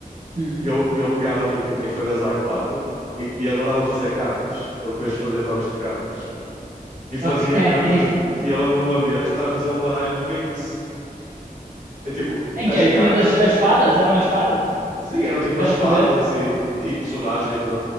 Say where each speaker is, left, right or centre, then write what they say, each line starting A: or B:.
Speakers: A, on the right; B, on the right.
A: Hum,
B: eu, eu pegava tipo em folhas A4 e, e adorava fazer cartas, para depois fazer jogos de cartas. e fazia
A: ok. <laughs>
B: cartas. E eu lembro de uma vez estar a fazer um baralho do Winx. É tipo,
A: Em
B: as
A: que é?
B: cartas,
A: Tinhas as, as fadas? Eram as fadas?
B: sim, eram tipo
A: Cada
B: as fadas
A: poder?
B: e, e personagens da,